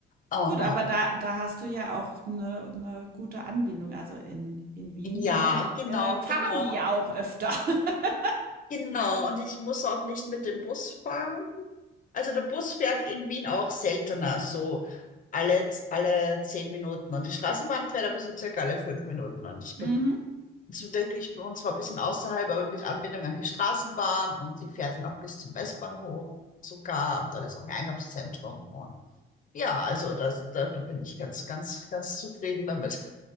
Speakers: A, on the left; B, on the right.
A: Oh
B: Gut,
A: Mann.
B: aber da da hast du ja auch eine 'ne gute Anbindung. Also in in Wien, denke
A: Ja,
B: ich,
A: genau,
B: äh, fahren
A: genau.
B: die ja auch öfter. <laughs>
A: Genau, und ich muss auch nicht mit dem Bus fahren. Also der Bus fährt in Wien auch seltener, so alle, alle zehn Minuten. Und die Straßenbahn fährt aber so circa alle fünf Minuten. Und ich bin
B: Mhm.
A: so wirklich bei uns zwar ein bisschen außerhalb, aber mit Anbindung an die Straßenbahn und die fährt dann auch bis zum Westbahnhof sogar. Und da ist auch ein Einkaufszentrum. Und ja, also das, da bin ich ganz, ganz, ganz zufrieden damit. <laughs>